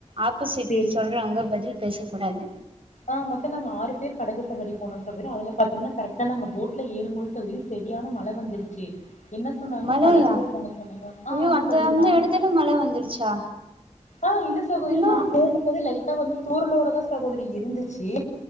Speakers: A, on the right; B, on the left.
A: ஆப்போசிட்
B: சேரிங்க
A: சொல்றவங்க பதில் பேசக் கூடாது
B: ஆ மொத்த நாங்க ஆறு பேர் படகு சவாரி போனோம சகோதரி அதுல பாத்தீங்கன்னா கரெக்டா நாங்க போட்டுல ஏறும்போது சகோதரி சரியான மழ வந்துருச்சு என்ன சொன்னாங்கன்னா
A: மழையா
B: படகு ஓட்டுறவங்க சொன்னாங்க ஆ
A: ஐயோ
B: ஆமா
A: அந்த
B: சகோதரி
A: அந்த
B: நா
A: எடத்துல மழ வந்துருச்சா
B: ஆ இல்ல சகோதரி
A: இன்னு
B: நா போகும்போது லைட்டா வந்து தூரலோட தா சகோதரி இருந்துச்சு